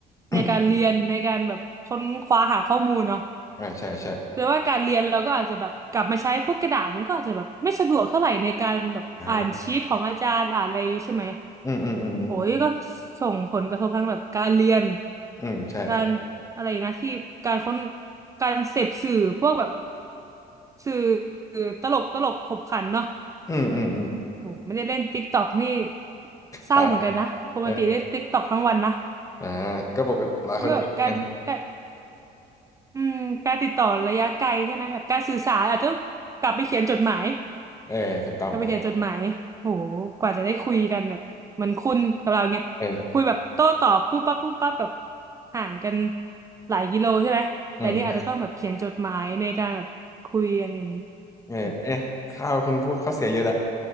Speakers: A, on the left; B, on the right.
A: <coughs>
B: ในการเรียนในการแบบค้นคว้าหาข้อมูลเนาะ
A: อ่าใช่ใช่
B: แต่ว่าการเรียนเราก็อาจจะแบบกลับมาใช้พวกกระดาษมันก็อาจจะแบบไม่สะดวกเท่าไหร่ในการแบบอ่านชีทของอาจารย์อ่านอะไรอย่างงี้ใช่ไหม
A: อ่าอืม อืม อืม อืม
B: โหยก็ส่งผลกระทบทั้งแบบการเรียน
A: อืมใช่
B: การอะไรนะที่การค้นการเสพสื่อพวกแบบสื่อตลกตลกขบขันเนาะ
A: อืม อืม อืม
B: โหไม่ได้เล่นติ๊กตอกนี่เศร้าเหมือนกันนะปกติเล่นติ๊กตอกทั้งวันนะ
A: ตายเอออ่าก็ปกติหลายคนก็เป็นอย่างนั้นนะ
B: แล้วก็แบบการการอืมการติดต่อระยะไกลใช่ไหมแบบการสื่อสารอาจจะต้องกลับไปเขียนจดหมาย
A: เออถูกต้อง
B: กลับไปเขียนจดหมายโหกว่าจะได้คุยกันแบบเหมือนคุณกับเราเนี่ยคุยแบบโต้ตอบปุ๊บปั๊บปุ๊บปั๊บแบบ
A: เออ
B: ห่างกันหลายกิโลใช่ไหมแต่นี่อาจจะต้องแบบเขียนจดหมายในการแบบคุยกันอย่างนี้
A: อืมใช่เออเอะข้าวคุณพูดข้อเสียเยอะแหละ
B: โห